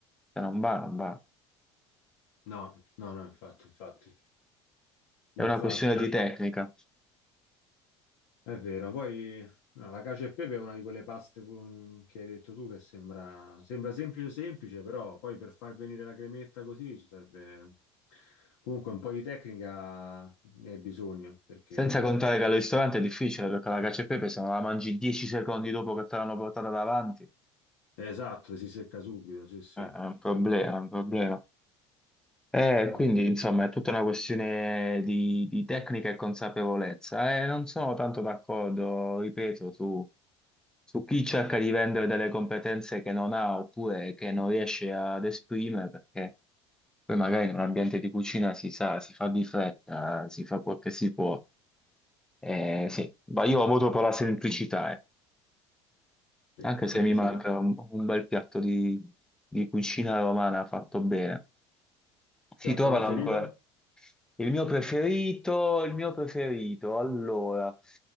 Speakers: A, in the centre; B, on the left.
A: se non va, non va.
B: No, no, no, infatti, infatti,
A: È
B: infatti,
A: una questione di
B: Ah,
A: tecnica.
B: è vero. Poi no, la cacio e pepe è una di quelle paste con- che hai detto tu che sembra, sembra semplice, semplice, però poi per far venire la cremetta così ci serve comunque un po' di tecnica, ne hai bisogno, perché
A: Senza contare che al ristorante è difficile perché la cacio e pepe se non la mangi 10 secondi dopo che te l'hanno portata davanti.
B: è esatto, si secca subito, sì, sì,
A: È è
B: È
A: un problema, è un problema. Eh,
B: vero.
A: quindi, insomma, è tutta una questione di, di tecnica e consapevolezza. Eh, non sono tanto d'accordo, ripeto, su, su chi cerca di vendere delle competenze che non ha oppure che non riesce ad esprimere, perché poi magari in un ambiente di cucina si sa, si fa di fretta, si fa quel che si può. Eh, sì, ma io voto per la semplicità, eh.
B: Sì,
A: Anche
B: semplicità.
A: se mi manca un, un bel piatto di di cucina romana fatto bene. Si
B: Piatto
A: trovano
B: preferito?
A: ancora. Il mio preferito, il mio preferito, allora,